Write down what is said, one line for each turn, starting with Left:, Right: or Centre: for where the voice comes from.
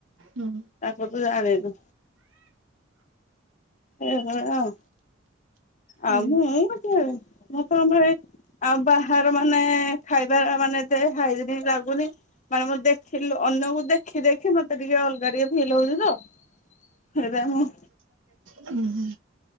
Right: ହୁଁ।
Left: ତାକୁ ତୁ ଜାଣିନୁ। ଏଭଳିଆ ଆଉ
Right: ହୁଁ
Left: ଆଉ ମୁଁ କଥା ହେବିନି <unintelligible> ଆଉ ବାହାର ମାନେ ଖାଇବା ମାନେ ଦେ ହାଇ ଯଦି ଲାଗୁନି ମାନେ ମୁଁ ଦେଖିଲୁ ଅନ୍ୟକୁ ଦେଖ ଦେଖି ଦେଖି ମତେ ଟିକେ ଅଲଗା ଟିକେ ଫିଲ୍ ହଉଛି ତ ସେଇଥି ପାଇ ମୁଁ
Right: ହୁଁ